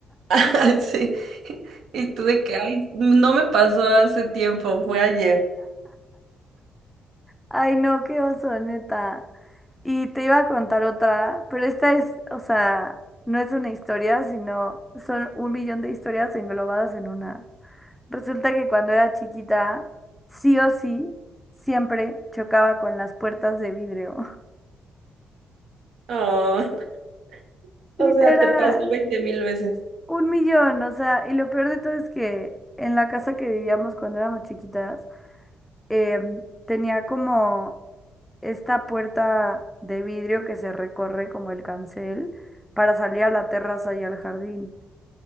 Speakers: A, on the right; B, in the centre.
A: <laughs> Sí. Y tuve que, ay, no me pasó hace tiempo, fue ayer.
B: Ay, no, qué oso, neta. Y te iba a contar otra, pero esta es, o sea, no es una historia, sino son un millón de historias englobadas en una. Resulta que cuando era chiquita, sí o sí, siempre chocaba con las puertas de vidrio.
A: Oh, <laughs>
B: <laughs> Literal,
A: o sea, te <laughs> pasó veinte mil veces.
B: un millón, o sea, y lo peor de todo es que en la casa que vivíamos cuando éramos chiquitas, em, tenía como esta puerta de vidrio que se recorre como el cancel para salir a la terraza y al jardín.